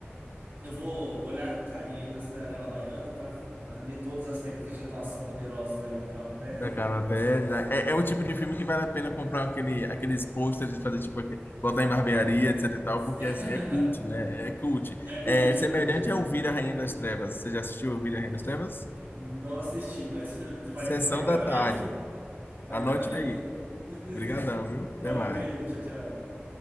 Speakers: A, on the right; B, on the left.
A: eu vou olhar com carinho aí pra Cinderela Baiana, tá? Aprender todas as técnicas de atuação poderosas aí da Carla Perry.
B: Da Carla Pérez. É, é o tipo de filme que vale a pena comprar aquele, aqueles posters de fazer tipo aqui, botar em barbearia, etc e tal, porque
A: <laughs>
B: assim é cult, né? É cult.
A: É cult,
B: É semelhante
A: é cult.
B: a Ouvir a Rainha das Trevas. Você já assistiu Ouvir a Rainha das Trevas?
A: Não assisti, mas <laughs> vai,
B: Sessão
A: vai entrar
B: da
A: na
B: tarde.
A: minha lista. Vai
B: Anote
A: entrar na minha
B: aí.
A: lista. <laughs>
B: Obrigadão, viu?
A: Valeu,
B: Até mais.
A: querido. Tchau, tchau.